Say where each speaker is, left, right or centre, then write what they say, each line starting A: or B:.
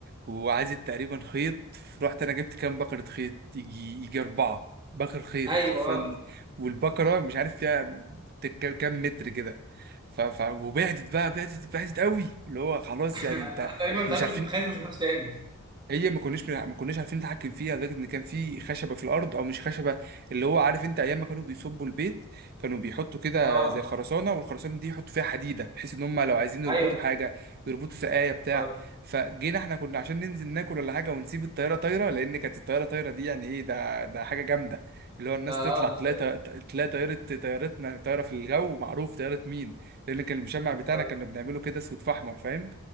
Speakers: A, on the right; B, on the right.
A: وعايزة تقريبا خيط رحت انا جبت كام بكره خيط يجي يجي اربعه بكر خيط
B: ايوه
A: حرفيا
B: اه
A: والبكره مش عارف فيها تك- كام متر كده ف... ف... وبعدت بقى بعدت بعدت قوي اللي هو خلاص
B: <laughs>
A: يعني انت
B: أنا تقريبا
A: مش
B: ساعتها
A: عارفين
B: كنت خايف ما اشوفهاش تاني
A: هي ما كناش بنع- ما كناش عارفين نتحكم فيها لدرجه ان كان في خشبه في الارض او مش خشبه اللي هو عارف انت ايام ما كانوا بيصبوا البيت كانوا بيحطوا كده
B: اه
A: زي خرسانه والخرسانه دي يحطوا فيها حديده بحيث ان هم لو عايزين يربطوا
B: ايوه
A: حاجه يربطوا سقايه بتاع
B: افتكرت.
A: فجينا احنا كنا عشان ننزل ناكل ولا حاجه ونسيب الطياره طايره لان كانت الطياره طايره دي يعني ايه ده ده حاجه جامده اللي هو الناس
B: ده
A: تطلع
B: اه
A: تلاقي
B: ده
A: طي- تلاقي طياره طيارتنا طايره في الجو معروف طياره مين لان كان المشمع بتاعنا
B: ده-
A: كنا بنعمله كده اسود في احمر فاهم